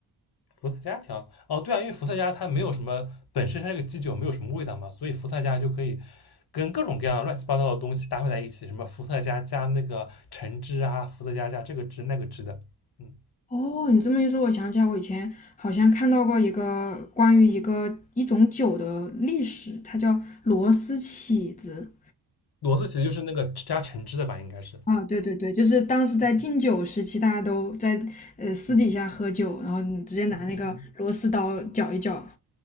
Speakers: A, on the left; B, on the left.
A: 伏特加调？哦，对啊，因为伏特加它没有什么本身它这个基酒没有什么味道嘛，所以伏特加就可以跟各种各样乱七八糟的东西搭配在一起，什么伏特加加那个橙汁啊，伏特加加这个汁那个汁的。嗯，
B: 哦，你这么一说，我想起来，我以前好像看到过一个关于一个一种酒的历史，它叫螺丝起子。
A: 骡子其实就是那个加橙汁的吧，应该是，
B: 啊，对对对，就是当时在禁酒时期，大家都在呃私底下喝酒，然后你直接拿那个螺丝刀搅一绞。
A: 嗯嗯